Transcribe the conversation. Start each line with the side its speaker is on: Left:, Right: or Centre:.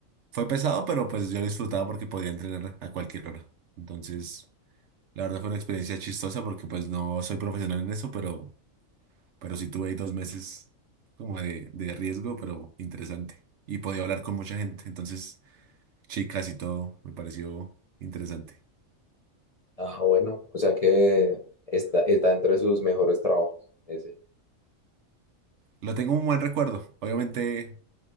Right: fue pesado, pero pues yo lo disfrutaba porque podía entrenar a cualquier hora. Entonces... La verdad fue una experiencia chistosa porque pues no soy profesional en eso, pero, pero sí tuve ahí dos meses como de, de riesgo, pero interesante. Y podía hablar con mucha gente, entonces chicas y todo, me pareció interesante.
Left: Ah, bueno, o sea que está, está entre sus mejores trabajos, ese.
Right: Lo tengo un buen recuerdo. Obviamente